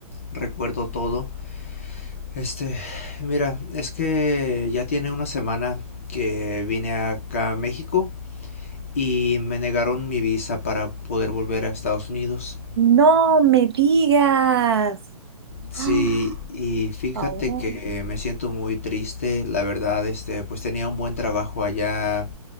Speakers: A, on the left; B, on the right.
A: recuerdo todo. Este, mira, es que ya tiene una semana que vine acá a México y me negaron mi visa para poder volver a Estados Unidos.
B: No me digas. <gasps>
A: Sí,
B: Ah,
A: y fíjate
B: Por favor.
A: que me siento muy triste, la verdad, este, pues tenía un buen trabajo allá,